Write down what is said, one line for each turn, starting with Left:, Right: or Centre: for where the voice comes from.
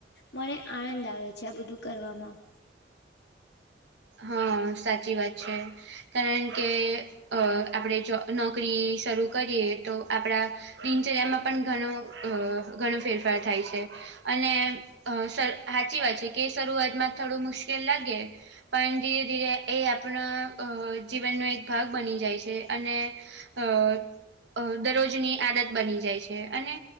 Left: મને આનંદ આવે છે આ બધું કરવામાં.
Right: હા, સાચી વાત છે કારણ કે. અ આપણેે જો નોકરી શરૂ કરીએ તો આપડા. દિનચર્યામાં પણ ઘણું અં ઘણો ફેરફાર થાય છે. અને અં હાચી વાત છે કે શરૂઆતમાં થોડું મુશ્કેલ લાગે. પણ ધીરે ધીરે એ આપણા જીવનનો એક ભાગ બની જાય છે અને. અ અ દરરોજની આદત બની જાય છે અને